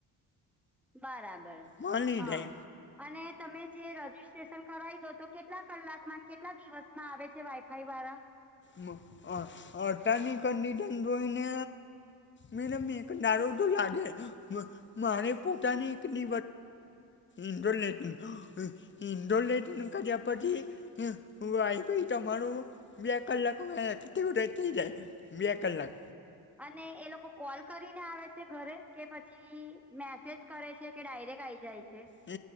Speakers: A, in the centre; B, on the left.
A: બરાબર
B: મળી
A: હા.
B: રહે
A: અને તમે જે રજીિસ્ટ્રેશન કરાવી દો તો કેટલા કલાકમાં કેટલા દિવસ? માં આવે છે વાઈફાઈ વાળા?
B: મ અ અતારની કન્ડીશન જોઈને મેડમ એક દાડો તો લાગે મારે પોતાને એક <unintelligible> ઇન્ટોલેશન ઇન્ટોલેશન કર્યા પછી વાઇફાઇ તમારું બે કલાકમાં એક્ટિવેટ થઈ જાય. બે
A: હમ
B: કલાક
A: અને એ લોકો કોલ કરીને આવે છે ઘરે કે પછી પછી મેસેજ કરે છે કે ડાયરેક્ટ આઈ જાય છે?
B: હ